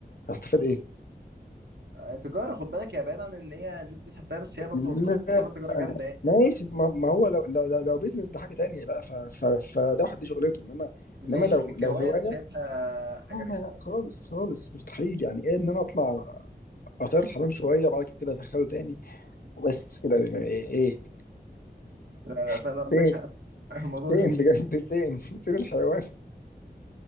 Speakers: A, on the left; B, on the right.
A: هستفاد ايه
B: عارف- آه، تجاره خد بالك يا بعيد عن ان هي الناس بتحبها بس هي برضو
A: لا
B: تعتبر تجاره جامده يعني
A: ماشي ما ما هو لو لو لو, لو بيزنس ده حاجه تانية بقى ف ف فده واحد دي شغلته انما
B: ماشي
A: انما لو
B: لكن
A: لو
B: كهواية
A: هوايه
B: انت شايفها حاجة
A: لا
B: رخمة
A: لا لا
B: يعني
A: خالص خالص مستحيل يعني ايه ان انا اطلع اطير الحمام شويه وبعد كده ادخله تاني بس كده ايه, إيه؟
B: لا لا فعلا
A: <laughs>
B: عندك
A: فين
B: حق <laughs> الموضوع
A: فين
B: غريب
A: بجد فين فين الحيوان